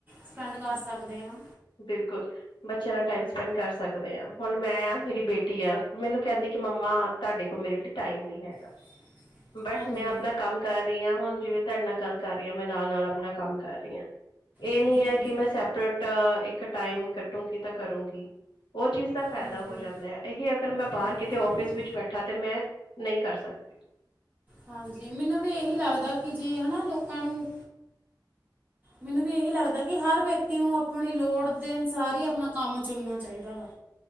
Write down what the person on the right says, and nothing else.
ਸਪੈਂਡ ਕਰ ਸਕਦੇ ਆਂ।
<inaudible>
ਹਾਂਜੀ
ਹਾਂਜੀ
ਹਾਂਜੀ
ਹਾਂਜੀ
ਬਿਲਕੁਲ
ਬਿਲਕੁਲ
ਹਾਂਜੀ, ਮੈਨੂੰ ਵੀ ਏਹੀ ਲੱਗਦਾ ਕੇ ਜੇ ਹਨਾ ਲੋਕਾਂ ਨੂੰ ਮੈਨੂੰ ਵੀ ਏਹੀ ਲੱਗਦਾ ਕੀ ਹਰ ਵਿਅਕਤੀ ਨੂੰ ਆਪਨੀ ਲੋੜ ਦੇ ਅਨੁਸਾਰ ਈ ਆਪਨਾ ਕੰਮ ਚੁਨਨਾ ਚਾਈਦਾ ਵਾ।